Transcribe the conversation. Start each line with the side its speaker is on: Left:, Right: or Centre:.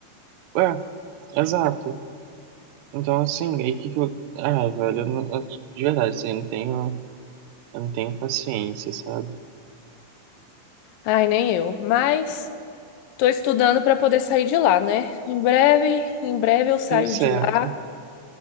Right: É, exato. Então, assim, aí que que eu. Ah, velho, eu não- eu, de verdade, assim, eu não tenho, eu não tenho paciência, sabe?
Left: Ai, nem eu. Mas tô estudando para poder sair de lá, né? Em breve, em breve eu saio
Right: Tá certo.
Left: de lá,